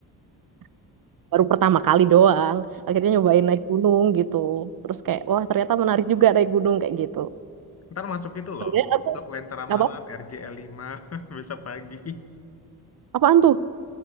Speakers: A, on the right; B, on the left.
A: <laughs> baru pertama kali doang akhirnya nyobain naik gunung gitu terus kayak wah ternyata menarik juga naik gunung kayak gitu
B: Ntar masuk itu
A: sebenarnya
B: loh,
A: aku
B: masuk Lentera
A: apa
B: Malam, R J L Lima, <laughs> besok pagi.
A: apaan tuh